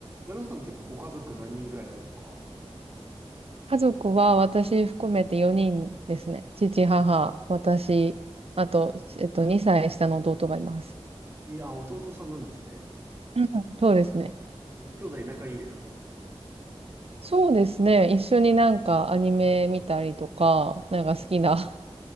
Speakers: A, on the right (about 25°); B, on the right (about 65°).
A: 奈良さんってご家族何人ぐらいなんですかは
B: 家族は私含めて4人ですね。父、母、
A: い
B: 私、あと、えっと、2歳下の弟がいます。
A: いや、弟さんなんですね。
B: うんそうですね。
A: えー、兄弟仲いいですか
B: そうですね。一緒になんかアニメ見たりとか、なんか好きな
A: はい
B: <laughs>